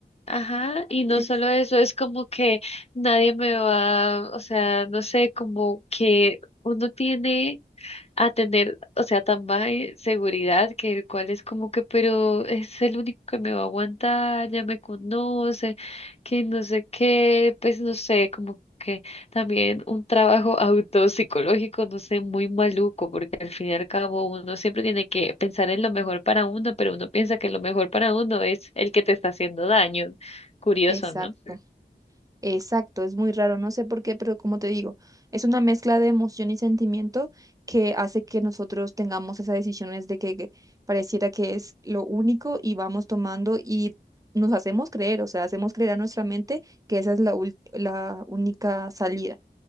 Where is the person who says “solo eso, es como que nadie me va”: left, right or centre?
Left